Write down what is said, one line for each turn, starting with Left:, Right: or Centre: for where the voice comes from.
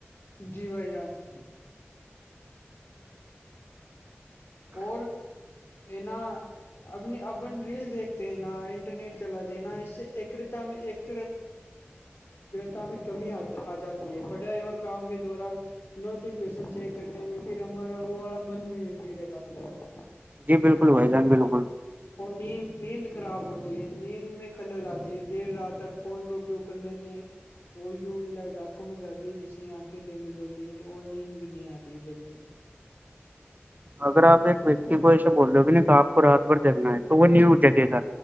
Left: جی بھائی جان اور کہ نا اب نے اپن ریل دیکھتے ہیں نا انٹرنیٹ چلاتے ہیں نا اس سے ایکرتا میں ایک تا میں کمی آ جاتی ہے پڑھائی اور کام کے دوران نوٹیفکیشن چیک کرنے میں پھر ہمارا وہ والا بند نہیں رہتا پھائی میں
Right: جی بالکل بھائی جان بالکل
Left: اور نیند نیند خراب ہوتی ہے نیند میں خلل آتی ہے دیر رات تک فون کا اپیوگ کرنے سے وہ یوی لائٹ آنکھوں میں جاتی ہے جس سے آنکھیں ڈیمیج ہوتی ہیں اور نیند بھی نہیں آتی ہے جلدی
Right: اگر آپ ایک ویکتی کو ایسے بول رہو گے نا کہ آپ کو رات بھر جگنا ہے تو وہ نیو جگہ گ